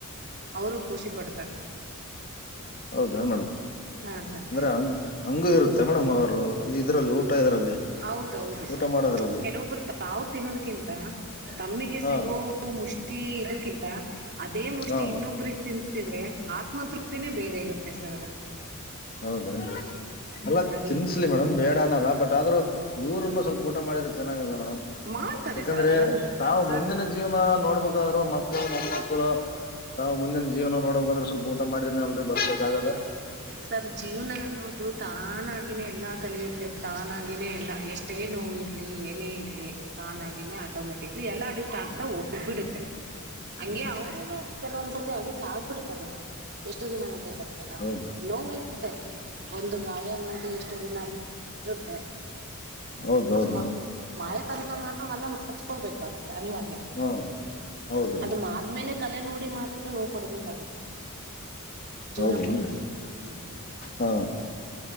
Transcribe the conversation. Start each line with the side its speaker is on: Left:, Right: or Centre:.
Right: ಅವರು ಖುಷಿ ಪಡ್ತಾರೆ
Left: ಹೌದಾ ಮೇಡಮ್
Right: ಹಾ ಸರ್
Left: ಅಂದ್ರೆ ಹಂಗ್ ಹಂಗು ಇರುತ್ತೆ ಮೇಡಮ್ ಅವರು ಇದ್ರಲ್ಲಿ ಊಟ ಇದ್ರಲ್ಲಿ
Right: ಹೌದೌದು
Left: ಊಟ
Right: ಸರ್
Left: ಮಾಡದ್ರಲ್ಲಿ
Right: ಕೆಲವೊಬ್ರು ತಾವು ತಿನ್ನೋದಕಿಂತ ತಮ್ಮಿಗೆ
Left: ಹಾ
Right: ಸಿಗೋ ಮುಷ್ಟಿ ಇದಕ್ಕಿ ಹ ಅದೇ ಮುಷ್ಟಿ
Left: ಹಾ
Right: ಇನ್ನೊಬ್ರಗ್ ತಿನ್ಸಿದ್ರೆ ಆತ್ಮತೃಪ್ತಿನೇ ಬೇರೆ ಇರುತ್ತೆ ಸರ್
Left: ಹೌದನ್ರಿ ಅಲ್ಲ
Right: ನನಗೆ
Left: ತಿನ್ಸ್ಲಿ ಮೇಡಮ್ ಬೇಡನಲ್ಲ ಬಟ್ ಆದ್ರೂ ಇವ್ರರುನ್ನು ಸ್ವಲ್ಪ ಊಟ ಮಾಡಿದ್ರೆ ಚೆನ್ನಾಗಲ್ಲ
Right: ಮಾಡ್ತಾರೆ
Left: ಯಾಕಂದ್ರೆ
Right: ಸರ್ ಹಂಗನ್
Left: ತಾವು
Right: ಸರ್
Left: ಮುಂದಿನ ಜೀವನ ನೋಡ್ಬ ಹಬೇಕಾದ್ರರು ಮಕ್ಕಳು ಮಣ ಮಕ್ಳು ನಾವು ಮುಂದಿನ ಜೀವನ ನೋಡಬೇಕ ಅಂದ್ರೆ ಸ್ವಲ್ಪ ಊಟ ಮಾಡಿದೀನಿ ಅಲ್ರಿ ಬರ್ಬೇಕಾಗದ
Right: ಸರ್ ಜೀವನ ಅನ್ನೋದು ತಾನಾಗಿನೇ ಎಲ್ಲಾ ಕಲಿಯುತ್ತೆ ತಾನಾಗಿಿನೇ ಎಲ್ಲ ಎಷ್ಟೇ ನೋವು ಇರ್ಲಿ ಏನೇ ಇರ್ಲಿ ತಾನಾಗಿ ಇ ಆಟೋಮೆಟಿಕಲಿ ಎಲ್ಲ ಅಡಿ ಆಗ್ತಾ ಹೋಗ್ಬಿಡುತ್ತೆ ಹಂಗೆ ಅವರುನು ಕೆಲವೊಂದ್ ಸ್ವಲ್ಪ ಅಡಿಟ್ ಆಗ್ಬಿಡ್ತಾರೆ ಸರ್ ಎಷ್ಟು ದಿನವ ಕೊಡ್ತಾರಾ
Left: ಹೌದಾ
Right: ನೋ ಮತ್ತೆ ಒಂದು ಗಾಯ ಅನ್ನೋದು ಎಷ್ಟು ದಿನ ಇರುತ್ತೆ
Left: ಹೌದೌದು
Right: ಅದು
Left: ಮೇಡಮ್
Right: ಮಾಯ ತ ಮಾತಲ್ಲ ಮಾರ್ಚ್ಕೋಬೇಕಾಗುತ್ತೆ ಅನಿವಾರ್ಯ
Left: ಹಾ ಹೌದ್ರಿ
Right: ಅದು ಆದ್ಮೇಲೆ ಕಲೆ ನೋಡಿ ಮಾತ್ರ ನೋವು ಪಡ್ಬೇಕಾಗತ್ತೆ ಜೂನಪು
Left: ಹೌದೇನ್ರಿ
Right: ಹ್ಮ
Left: ಹಾ